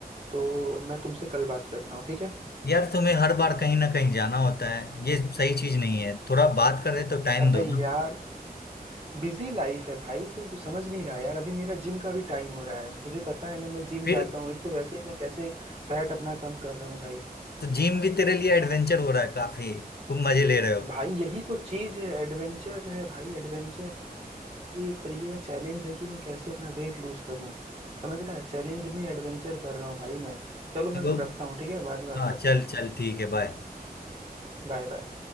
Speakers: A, on the right (about 40°); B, on the left (about 80°).
A: तो मैं तुमसे कल बात करता हूँ ठीक है
B: यार तुम्हें हर बार कहीं ना कहीं जाना होता है ये सही चीज नहीं है थोड़ा बात कर रहे तो टाइम
A: अबे
B: दो ना
A: यार बिजी लाइफ है भाई तू समझ नहीं रहा यार अभी मेरा जिम का भी टाइम हो रहा है तुझे पता है ना मैं जिम
B: फिर
A: जाता हूँ एक तो वैसे ही मैं कैसे फैट अपना कम कर रहा हूँ भाई
B: तो जिम भी तेरे लिए एडवेंचर हो रहा है काफी तुम मजे ले रहे हो
A: भाई यही तो चीज है एडवेंचर है भाई एडवेंचर ये एक तरीके का चैलेंज है कि मैं कैसे अपना वेट लूज करूं समझ रहा है चैलेंज में एडवेंचर कर रहा हूँ भाई मैं चलो
B: तो
A: मैं रखता हूँ ठीक है बाद में बात
B: हाँ
A: करते
B: चल
A: हैं
B: चल ठीक है बाय
A: Bye bye